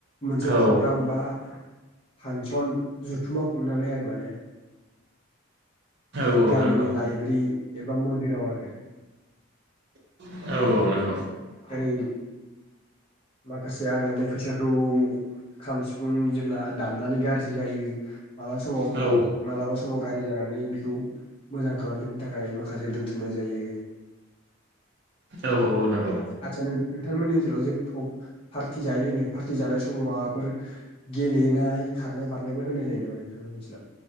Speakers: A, on the left; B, on the right.
A: मोनसे
B: औ
A: प्रग्राम बा फान्सन जुथुमा खुंनानै आरो माने
B: औ
A: जोंनि
B: औ
A: गामिनि
B: नंगौ
A: लाइब्रि एबा मन्दिराव आरो
B: <inaudible> औ औ नोंगौ।
A: ओरै माखासे आग्लायनाय फैसाखौ खाम सिफुं जेब्ला दामनानै गाज्रि जायो मालाबा समाव
B: औ
A: मालाबा समाव गारि जानानै खौ मोजां खालामफिननो थाखाय माखासे दोनथुमनाय जायो
B: औ औ नंगौ
A: आदसा नो नोंथांमोननि ओनसोलाव जे पार्टि जायो होन्दों पार्टि जानाय समाव माबाफोर गेलेनाय खारनाय बारनायफोर होनाय जायो नामा नोंथांनि ओसोलाव?